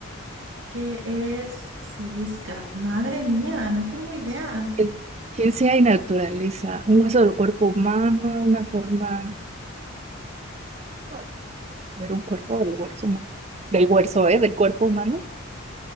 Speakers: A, on the right; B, on the right.
A: ¿Qué es Celisca? Madre mía, no tengo idea.
B: el- ciencia y naturaleza. Un hueso del cuerpo humano, una forma. ay, a ver, un cuerpo del hueso humano. Del hueso, ¿eh? Del cuerpo humano.